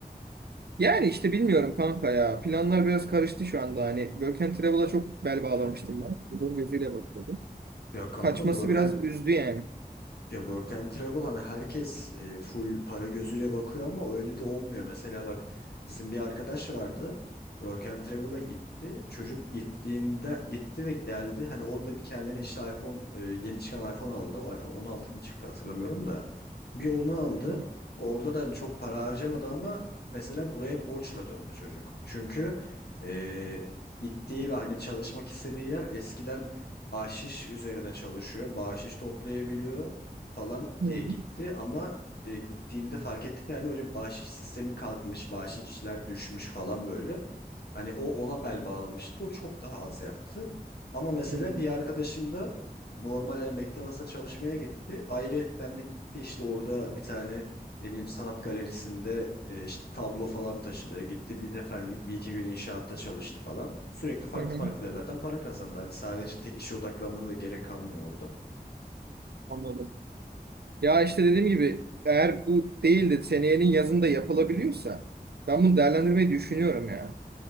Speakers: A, on the right; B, on the left.
A: Yani işte bilmiyorum kanka ya. Planlar biraz karıştı şu anda. Hani Work and Travel'a çok bel bağlamıştım ben. Bu gözüyle bakıyordum.
B: Ya kanka
A: Kaçması
B: work
A: biraz üzdü yani.
B: Ya work and travel hani herkes e, full para gözüyle bakıyor ama öyle de olmuyor. Mesela bak bizim bir arkadaş vardı. Work and travel'a gitti. Çocuk gittiğinde gitti ve geldi. Hani orada bir kendine işte iPhone e, yeni çıkan iPhone aldı. O iPhone 16 mı çıktı hatırlamıyorum da. Bir onu aldı.
A: Hı
B: Orada da hani çok para harcamadı ama mesela buraya borçla döndü çocuk. Çünkü e, gittiği ve hani çalışmak istediği yer eskiden bahşiş üzerine çalışıyor. Bahşiş toplayabiliyor falan
A: hı
B: diye gitti ama e, gittiğinde fark ettik yani öyle bahşiş sistemi kalkmış, bahşişler düşmüş falan böyle. Hani o ona bel bağlamıştı. O çok daha az yaptı. Ama mesela
A: hı
B: bir arkadaşım da normal hani McDonald's'a çalışmaya gitti. Ayrıyetten de gitti işte orada bir tane ne bileyim sanat galerisinde e, işte tablo falan taşıdı. Gitti bir seferlik bir iki gün inşaatta çalıştı falan. Sürekli farklı
A: hı hı.
B: farklı yerlerden para kazandı. Hani sadece tek işe odaklanmana da gerek kalmıyor orada.
A: Anladım. Ya işte dediğim gibi eğer bu değil de seneyenin yazında yapılabiliyorsa ben bunu değerlendirmeyi düşünüyorum ya.